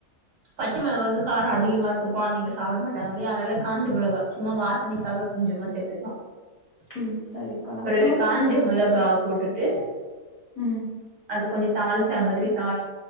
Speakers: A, on the right; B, on the left.
A: பச்ச மிளகா வந்து காரோ அதிகமா இருக்கு கொழந்தைங்க சாப்ட மாட்டாங்க இல்லயா அதனால காஞ்ச மிளகா சும்மா வாசனைக்காக கொஞ்சமா சேத்துக்கலா
B: ம் சரிப்பா அப்றோ
A: ஒரு காஞ்ச மொளகா போட்டுட்டு
B: ம்
A: அது கொஞ்சோ தாளிச்சா மாதிரி தா